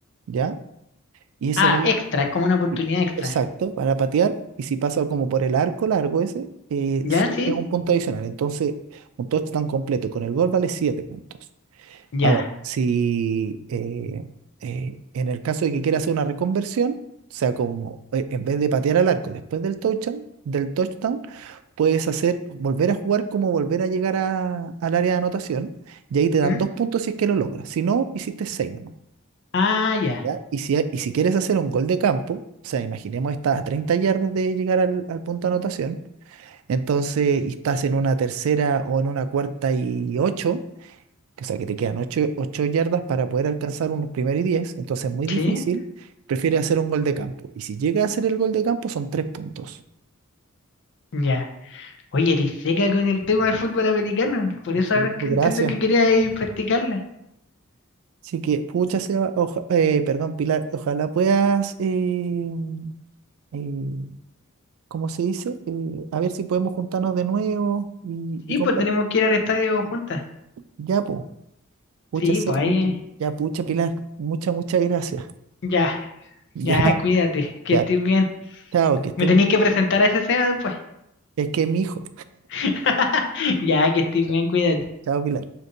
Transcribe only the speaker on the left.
Ah,
extra, es como una oportunidad
extra.
¿Ya?
¿Sí?
Ya.
¿Mm?
Ah, ya.
¿Sí?
Ya. Oye, eres seca con el tema del fútbol americano. Por eso
ahora que
entiendo
que querías ir practicarla.
Sí,
pues tenemos que ir al estadio juntas.
Sí, pues ahí.
Ya,
ya, cuídate, que
estés bien.
Me tenéis que presentar a ese SEA después.
<laughs> Ya, que estés
bien, cuídate.